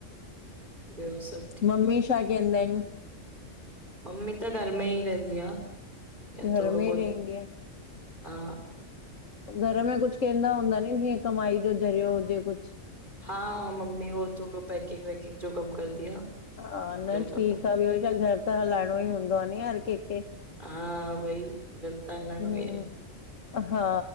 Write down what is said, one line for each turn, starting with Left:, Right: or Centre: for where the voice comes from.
Right: ॿयो सभ
Left: मम्मी छा केंदा आहिन
Right: मम्मी त घर में ई रहंदी आ या
Left: घर
Right: थोडो
Left: में
Right: बहुत
Left: ई रहंदी आहे?
Right: हा
Left: घर में कुछ कंदा हूंदा नी जीअं कमाई जो ज़रियो हुजे कुछ
Right: हा मम्मी उ थोडो पैकिंग वैकिंग जो कम कर दी आ
Left: हा न
Right: घर
Left: ठीक
Right: में
Left: आ ॿियो छा घर त हलाइणो ई हूंदो आ नी हर कंहिंखे
Right: हा भाई घर त हलाएडो
Left: हम्म
Right: भी आ
Left: हा